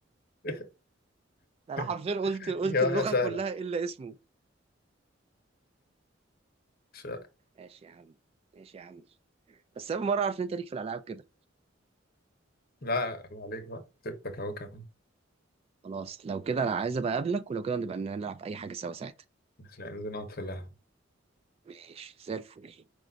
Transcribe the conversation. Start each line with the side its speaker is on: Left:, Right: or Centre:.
Left: إيه؟
Right: ده انا
Left: <laughs>
Right: حرفيا قلت قلت
Left: يا
Right: اللغه
Left: حاجة سهلة
Right: كلها الا اسمه
Left: مش
Right: ماشي يا عم ماشي يا عم بس اول مره اعرف ان انت ليك في الالعاب كده
Left: لا ما عليك بقى سبتك اهو كمان
Right: خلاص لو كده انا عايز ابقى اقابلك ولو كده نبقى نلعب اي حاجه سوا ساعتها
Left: عشان نقعد في القهوة
Right: ماشي زي الفل